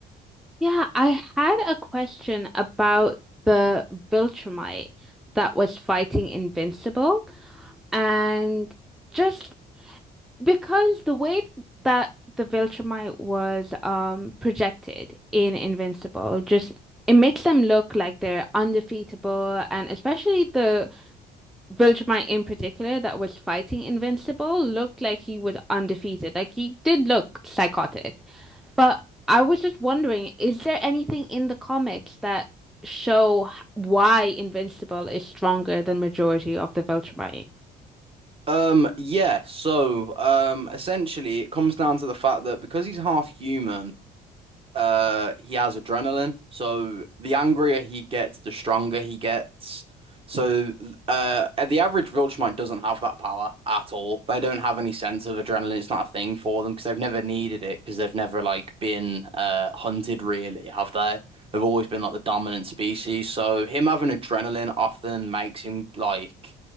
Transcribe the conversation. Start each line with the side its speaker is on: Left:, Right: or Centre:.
Centre: Yeah, I had a question about the Viltrumite that was fighting Invincible. And just because the way that the Viltrumite was um projected in Invincible, just it makes them look like they're undefeatable, and especially the Vilgemite in particular that was fighting Invincible looked like he was undefeated. Like he did look psychotic. But I was just wondering, is there anything in the comics that show why Invincible is stronger than majority of the Viltrumite?
Right: Um yeah, so um essentially it comes down to the fact that because he's half human uh he has adrenaline so the angrier he gets the stronger he gets so uh the average Viltrumite doesn't have that power at all they don't have any sense of adrenaline it's not a thing for them because they've never needed it because they've never like been uh hunted really have they they've always been like the dominant species so him having adrenaline often makes him like